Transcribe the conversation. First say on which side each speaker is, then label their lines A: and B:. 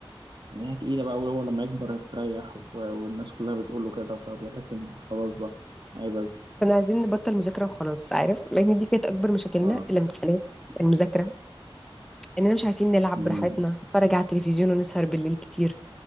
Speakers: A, on the right (about 55°); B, in the centre.
A: ان هي تقيله بقى وهو لما يكبر هيستريح و... والناس كلها بتقول له كده فبيحس ان خلاص بقى أنا عايز اكبر
B: كنا عايزين نبطل مذاكره وخلاص عارف لان دي كانت اكبر مشاكلنا
A: ف...
B: الامتحانات المذاكره اننا مش عارفين نلعب
A: مم.
B: براحتنا نتفرج على التلفزيون ونسهر بالليل كتير